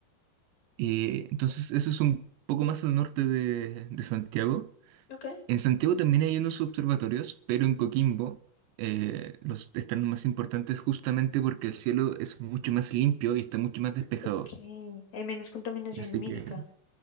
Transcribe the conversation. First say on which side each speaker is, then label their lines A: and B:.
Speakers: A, on the right; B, on the left.
A: Eh, entonces eso es un poco más al norte de, de Santiago.
B: ok.
A: En Santiago también hay unos observatorios, pero en Coquimbo eh, los están más importantes justamente porque el cielo es mucho más limpio y está mucho más despejado.
B: Ok. Hay menos contaminación
A: Así
B: lumínica.
A: que...